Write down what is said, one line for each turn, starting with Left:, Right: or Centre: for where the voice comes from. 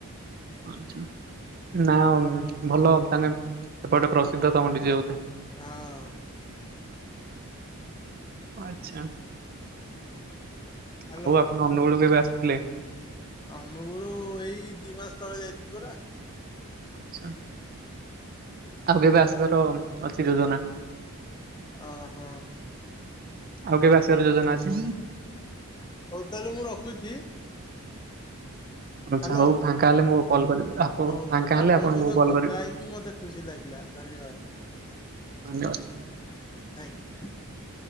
Right: ଆଚ୍ଛା, ନା ଭଲ ତାନେ ସେପଟେ ପ୍ରସିଦ୍ଧ ତମ ବିଜେ ବୋଧେ?
Left: ହଁ
Right: ଆଛା <unintelligible>
Left: ହ୍ୟାଲୋ।
Right: ଆଉ ଆପଣ ଅନୁଗୁଳ କେବେ ଆସିଥିଲେ?
Left: ଅନୁଗୁଳ ଏଇ ଦି ମାସ ତଳେ ଯାଇଥିଲି ପରା।
Right: ଆଛା ଆଉ କେବେ ଆସିବାର ଅଛି ଯୋଜନା?
Left: ଓ ହୋ
Right: ଆଉ କେବେ ଆସିବାର ଯୋଜନା ଅଛି?
Left: ହଉ ତାହେଲେ ମୁଁ ରଖୁଛି।
Right: ଆଚ୍ଛା
Left: ହ୍ୟାଲୋ।
Right: ହଉ ଫାଙ୍କା ହେଲେ ମୁଁ କଲ୍ କରିବି। ଆପଣ
Left: ହଉ
Right: ଫାଙ୍କା ହେଲେ
Left: ଆପଣଙ୍କ
Right: ଆପଣଙ୍କୁ
Left: ସହିତ
Right: କଲ୍
Left: କଥା
Right: କରିବି
Left: ହେଇକି ମତେ ଖୁସି ଲାଗିଲା, ଧନ୍ୟବାଦ।
Right: ଧନ୍ୟ
Left: ଆଁକୁ